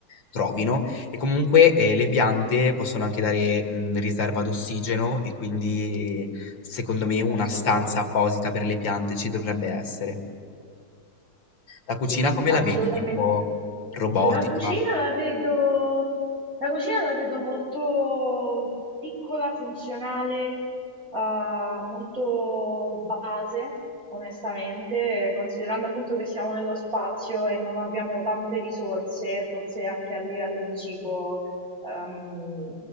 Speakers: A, on the left; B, on the right.
A: trovino. E comunque, eh, le piante possono anche dare, mm, riserva d'ossigeno e quindi, secondo me, una
B: assolutamente.
A: stanza apposita per le piante ci dovrebbe essere. La cucina
B: Sì,
A: come
B: assolutamente.
A: la vedi? Tipo robotica?
B: La cucina la vedo, la cucina la vedo molto piccola, funzionale, eh, molto base, onestamente, eh, considerando appunto che siamo nello spazio e non abbiamo tante risorse, forse anche a livello di cibo ehm,